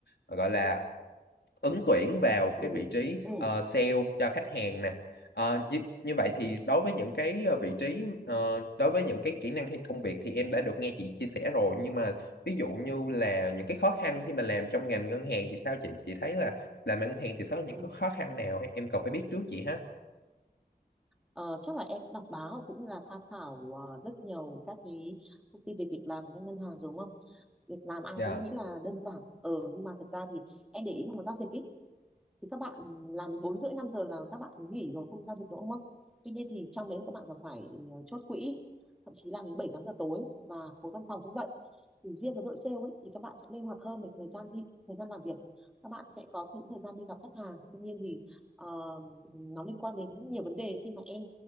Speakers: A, on the left; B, in the centre.
A: ờ, gọi là ứng tuyển vào
B: ừ
A: cái vị trí
B: ừ
A: ờ, sale cho khách hàng nè Ờ, như, như vậy thì đối với những cái ờ, vị trí ờ, đối với những cái kỹ năng hay công việc thì em đã được nghe chị chia sẻ rồi nhưng mà ví dụ như là những cái khó khăn khi mà làm trong ngành ngân hàng thì sao chị chị thấy là làm ngân hàng thì sẽ có những
B: ừ
A: cái khó khăn nào ấy? em cần phải biết trước chị ha
B: Ờ, chắc là em đọc báo cũng như là tham khảo ờ, rất nhiều các cái thông tin về việc làm của các ngân hàng rồi đúng không? Việc làm ai
A: dạ
B: cũng nghĩ là đơn giản. Ờ nhưng mà thật ra thì em để ý là một giao dịch ý thì các bạn làm đến 4 rưỡi 5 giờ là các bạn nghỉ rồi không giao dịch nữa đúng không? Tuy nhiên thì trong đấy các bạn còn phải ờ, chốt quỹ thậm chí làm đến 7 8 giờ tối và khối văn phòng cũng vậy. Thì riêng với đội sale ý, thì các bạn sẽ linh hoạt hơn về thời gian di, thời gian làm việc. Các bạn sẽ có những thời gian đi gặp khách hàng. Tuy nhiên thì ờ, nó liên quan đến nhiều vấn đề khi mà em